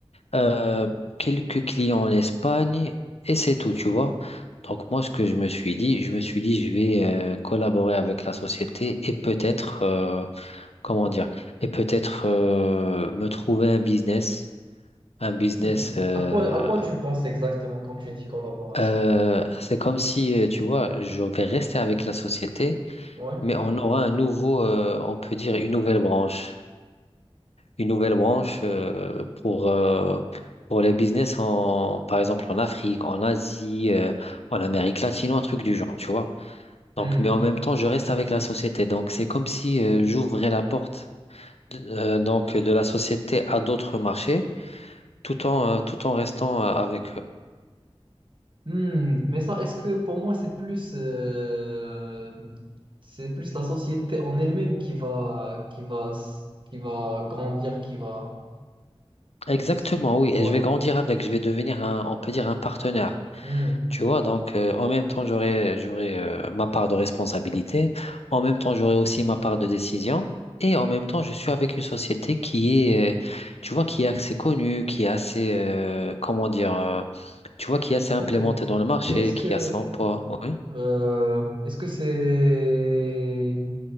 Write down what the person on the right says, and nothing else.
Hmm.
À quoi, à quoi tu penses exactement quand tu dis collaboration?
Ouais.
Hmm.
Hmm, mais ça, est-ce que pour moi, c'est plus, euh, c'est plus la société en elle-même qui va, qui va, s- qui va grandir, qui va.
est-ce-
Ouais.
Hmm,
ok.
Mais est-ce que,
euh, est-ce que c'est,